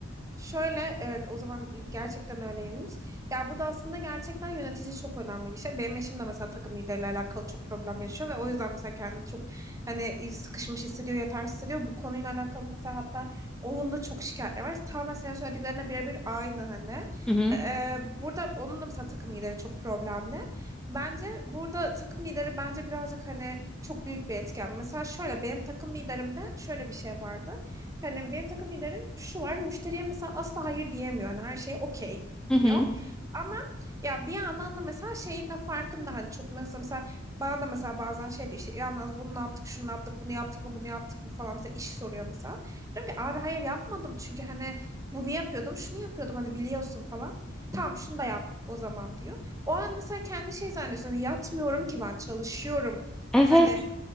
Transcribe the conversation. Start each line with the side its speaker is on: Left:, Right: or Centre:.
Right: Şöyle evet o zaman gerçekten öyleymiş. Ya burada aslında gerçekten yönetici çok önemli bir şey. Benim eşim de mesela takım lideriyle alakalı çok problem yaşıyor ve o yüzden mesela kendini çok hani sıkışmış hissediyor, yetersiz hissediyor. Bu konuyla alakalı mesela hatta onun da çok şikayetleri var. Tamamen senin söylediklerine birebir aynı hani.
Centre: Hı hı.
Right: Ee, burada onun da mesela takım lideri çok problemli. Bence burada takım lideri bence birazcık hani çok büyük bir etken. Mesela şöyle benim takım liderimde şöyle bir şey vardı. Yani benim takım liderim şu var. Müşteriye mesela asla hayır diyemiyor. Yani her şeye okey
Centre: Hı hı.
Right: diyor. Ama ya bir yandan da mesela şeyin de farkında hani çok nasıl mesela bana da mesela bazen şey diyor işte İrem Naz bunu ne yaptık şunu ne yaptık bunu yaptık mı bunu yaptık mı falan mesela iş soruyor mesela. Diyorum ki abi hayır yapmadım çünkü hani bunu yapıyordum şunu yapıyordum hani biliyorsun falan. Tamam şunu da yap o zaman diyor. O an mesela kendi şey zannediyorsun hani yatmıyorum ki ben çalışıyorum
Centre: Evet,
Right: hani